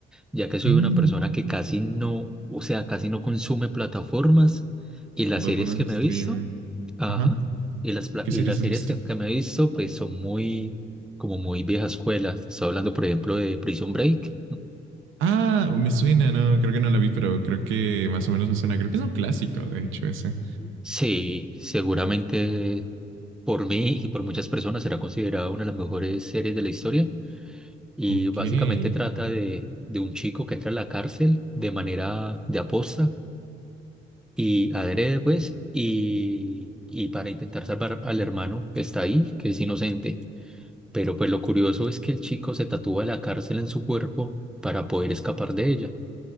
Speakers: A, in the centre; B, on the right.
A: ya que soy
B: Mm,
A: una persona que casi no, o sea, casi no consume plataformas y las
B: ¿qué plataformas
A: series que
B: de
A: me
B: streaming?
A: he visto, ajá,
B: Ajá.
A: y las, pla-
B: ¿Qué
A: y
B: series
A: las
B: has
A: series
B: visto?
A: que, que me he visto, pues son muy, como muy vieja escuela. Estoy hablando, por ejemplo, de Prison Break.
B: Ah, me suena, no, creo que no la vi, pero creo que más o menos me suena. Creo que es un clásico, de hecho, ese.
A: Sí, seguramente por mí y por muchas personas será considerada una de las mejores series de la historia. Y
B: Ok.
A: básicamente
B: <laughs>
A: trata de, de un chico que entra a la cárcel de manera de aposta y adrede, pues, y, y para intentar salvar al hermano que está ahí, que es inocente. Pero pues lo curioso es que el chico se tatúa la cárcel en su cuerpo para poder escapar de ella.